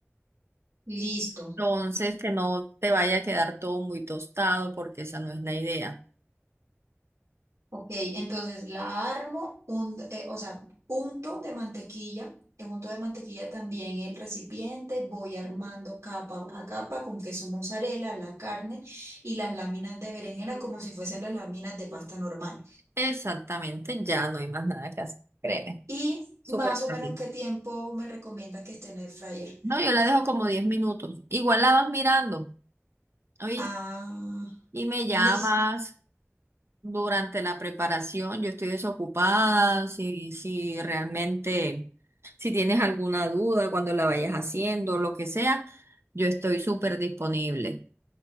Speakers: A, on the right; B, on the right.
A: Listo.
B: entonces que no te vaya a quedar todo muy tostado porque esa no es la idea.
A: Ok, entonces la armo, un, eh, o sea, punto de mantequilla, eh, unto de mantequilla también el recipiente, voy armando capa a capa con queso mozzarella, la carne y las láminas de berenjena como si fuesen las láminas de pasta normal.
B: Exactamente, ya no hay más nada que hacer, créeme.
A: Y
B: Súper
A: más o
B: fácil.
A: menos qué tiempo me recomiendas que esté en el fryer.
B: No, yo la dejo como 10 minutos. Igual la vas mirando, ¿oíste?
A: Ah,
B: Y me
A: listo.
B: llamas durante la preparación. Yo estoy desocupada. Si, si realmente, si tienes alguna duda cuando la vayas haciendo, lo que sea, yo estoy súper disponible.